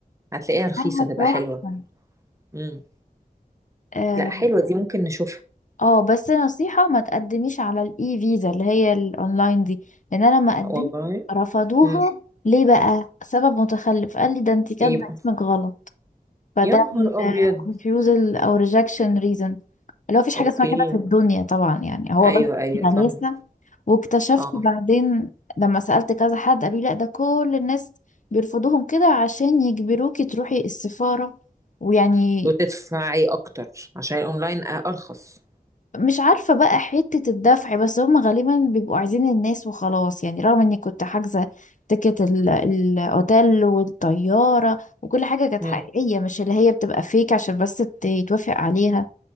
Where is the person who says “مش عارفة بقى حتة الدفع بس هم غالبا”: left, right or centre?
Left